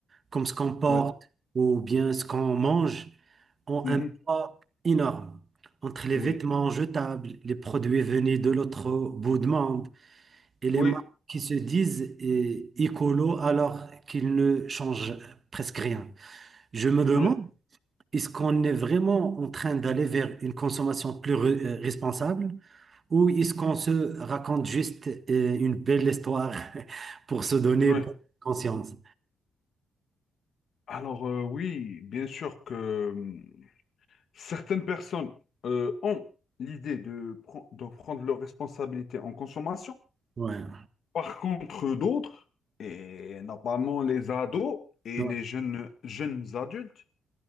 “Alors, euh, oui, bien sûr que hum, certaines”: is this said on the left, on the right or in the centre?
Left